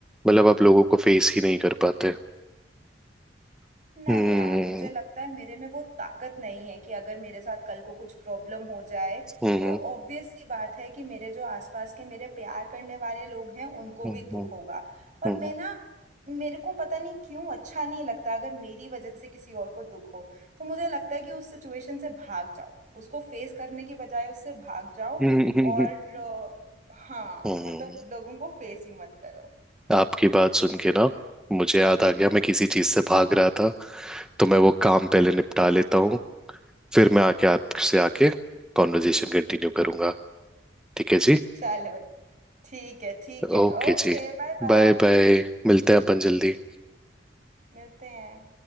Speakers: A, in the centre; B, on the right.
A: मतलब आप लोगों को फेस ही नहीं कर पाते
B: नहीं
A: हम्म
B: यार मुझे लगता है मेरे में वो ताकत नहीं है कि अगर मेरे साथ कल को कुछ प्रॉब्लम हो जाए
A: हम्म
B: तो ऑब्वियस सी बात है कि मेरे जो आसपास के मेरे प्यार करने वाले लोग हैं उनको
A: हम्म
B: भी दुख
A: हम्म
B: होगा और
A: हम्म
B: मैं ना मेरे को पता नहीं क्यों अच्छा नहीं लगता अगर मेरी वजह से किसी और को दुख हो तो मुझे लगता है कि उस सिचुएशन से भाग जाओ उसको फेस करने की बजाय उससे भाग जाओ
A: हम्म, हम्म,
B: और अ, हाँ
A: हम्म,
B: मतलब लोगों को फेस ही मत करो
A: आपकी बात सुन के ना मुझे याद आ गया मैं किसी चीज से भाग रहा था तो मैं वो काम पहले निपटा लेता हूँ फिर मैं आके आपसे आके कॉन्वर्जेशन कंटिन्यू करूंगा ठीक है जी
B: चलो ठीक है ठीक है
A: ओके
B: Okay
A: जी
B: bye bye
A: बाय बाय मिलते हैं अपन जल्दी
B: मिलते हैं